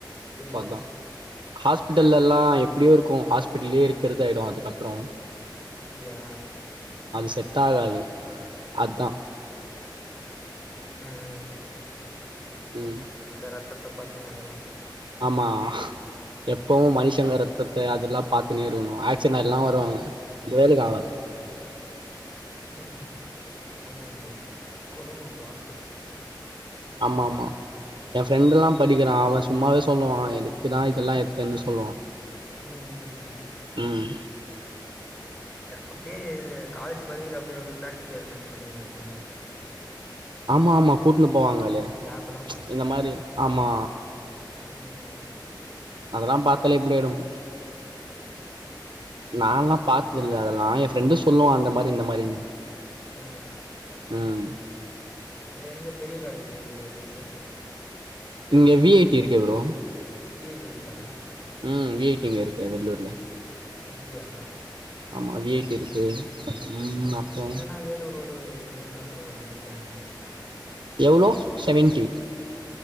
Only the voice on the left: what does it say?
புரில
அப்டியா
ம்
இந்த ரத்தத்தை பாத்தேனா அதெல்லா
ம்
ம். ஆமா ப்ரோ கொடும ப்ரோ ஹாஸ்பிடல்
ம் ம் ம்
அப்டியே இது காலேஜ் படிக்கிற அப்பய எப்ப பிராக்டிக்கல் மாதிரி பண்ணினு இருப்பாங்க
லேப்லா கூட்னு
போவாங்களே
ம் ம்
ஓ
அ
அங்க எங்க பெரிய காலேஜ் எது ப்ரோ
வி ஐ டி இருக்கா
அப்டியா
என்னன்னா வேலூர் ஒரு வேலக்கி எழுபது தான் ப்ரோ வரும் எங்க வீட்டான இருந்து